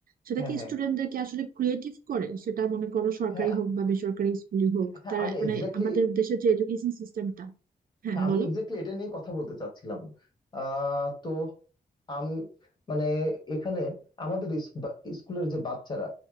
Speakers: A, on the right (about 70°); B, on the left (about 30°).
A: সেটা
B: হ্যাঁ
A: কি
B: হ্যাঁ
A: স্টুডেন্টদেরকে আসলে ক্রিয়েটিভ করে সেটা মনে করো সরকারি
B: হ্যাঁ
A: হোক বা বেসরকারি স্কুলই হোক
B: হ্যাঁ
A: তারা
B: আমি
A: মানে
B: এক্স্যাক্টলি
A: আমাদের দেশের যে এডুকেশন সিস্টেমটা হ্যাঁ
B: হ্যাঁ আমি
A: বলো
B: এক্স্যাক্টলি এটা নিয়ে কথা বলতে চাচ্ছিলাম আহ, তো আম মানে এখানে আমাদের ইস- বা- স্কুলের যে বাচ্চারা